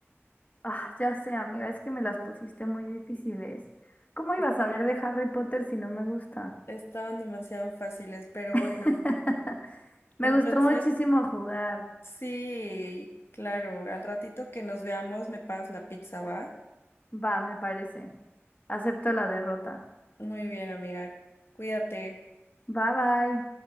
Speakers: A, on the left; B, on the left.
A: Ah, ya sé, amiga, es que me las pusiste muy difíciles. ¿Cómo iba
B: Esta-
A: a saber de Harry Potter si no me gusta?
B: Estaban demasiado fáciles, pero
A: <laughs>
B: bueno.
A: Me
B: Entonces,
A: gustó muchísimo jugar.
B: sí, claro, al ratito que nos veamos me pagas la pizza, ¿va?
A: Va, me parece. Acepto la derrota.
B: Muy bien, amiga. Cuídate.
A: Bye bye.